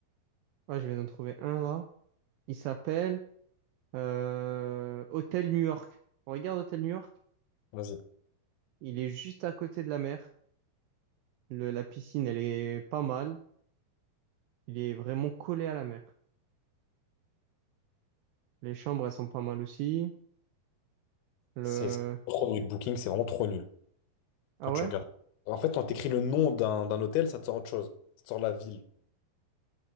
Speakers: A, on the right; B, on the left.
A: Ouais, je viens d'en trouver un là. Il s'appelle euh, Hôtel New York. on Regarde Hôtel New York.
B: Vas-y.
A: Il est juste à côté de la mer. Le- la piscine, elle est pas mal. Il est vraiment collé à la mer. Les chambres, elles sont pas mal aussi. Le...
B: C'est c'est trop nul. Booking, c'est vraiment trop nul.
A: Ah
B: Quand tu
A: ouais?
B: regardes. En fait, quand t'écris le nom d'un d'un hôtel, ça te sort autre chose. Ça te sort la ville.